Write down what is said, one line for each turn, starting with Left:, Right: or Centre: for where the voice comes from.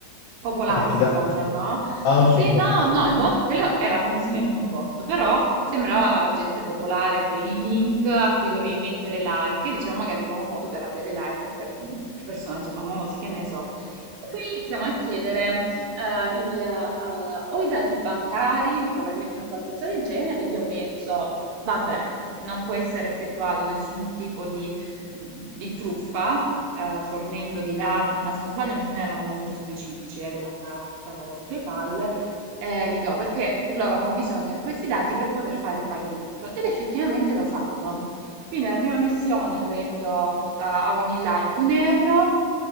Right: popolare
Left: Affidato.
Right: sui social, no?
Left: Ah,
Right: Sì,
Left: ok,
Right: no,
Left: ok.
Right: no, il bot, quello era palesemente un bot, però sembrava gente popolare, quei link a cui dovevi mettere like, e dicevo, magari un nuovo modo per avere like delle- dei personaggi famosi, che ne so. E poi iniziamo a chiedere eh, il, eh, o i dati bancari, probabilmente un qualcosa del genere, io penso, vabbè, non può essere effettuato nessun tipo di di truffa, eh, fornendo dei dati, ma se non sbaglio non erano molto specifici, eh, della carta o di PayPal, eh, li do perché loro avevano bisogno di questi dati per poter fare il pagamento ed effettivamente lo fanno. Quindi nella prima missione prendo eh, a ogni like un euro,